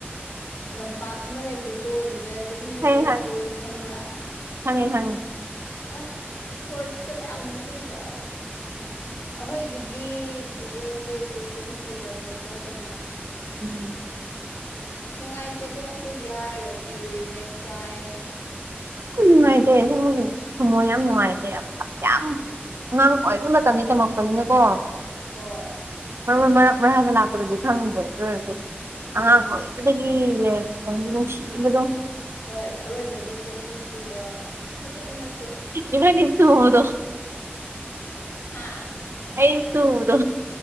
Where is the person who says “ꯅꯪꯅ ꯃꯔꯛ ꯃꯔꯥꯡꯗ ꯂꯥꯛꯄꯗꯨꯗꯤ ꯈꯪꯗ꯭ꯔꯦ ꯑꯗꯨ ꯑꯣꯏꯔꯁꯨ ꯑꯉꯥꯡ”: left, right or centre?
Right